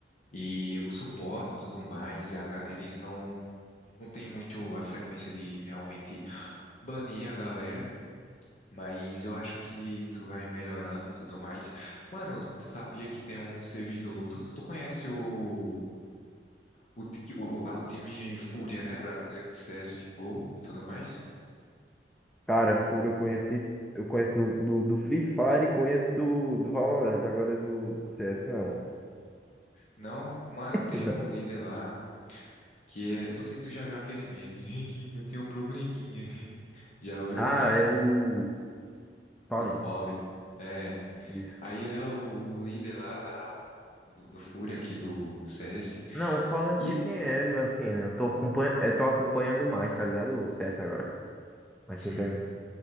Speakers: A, on the left (about 45°); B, in the centre.
A: E o suporte e tudo mais, a ga- eles não, não têm muito a frequência de realmente banir a galera. Mas eu acho que isso vai melhorando e tudo mais. Mano, tu sabia que tem um servidor. Tu, tu conhece o, o, ti- o, a- o time Fúria, né? Brasileiro de CSGO e tudo mais?
B: Cara, Furo eu conheço de, eu conheço do, do, do Free Fire e conheço do, do Valorant, agora do, do CS, não.
A: Não? Mano,
B: <laughs>
A: tem um líder lá. Que é, não sei se tu já viu aquele meme. <laughs> Eu tenho um probleminha. <laughs> Já viu?
B: Ah, é o Fallen,
A: O Fallen. É.
B: isso.
A: Aí ele é o, o líder lá da, do, do Fúria aqui do CS.
B: Não, o Fallen eu
A: E,
B: sei quem é, mas assim, eu tô, acompanha... eu tô acompanhando mais, tá ligado? O CS agora. Mas
A: assim,
B: sim, também.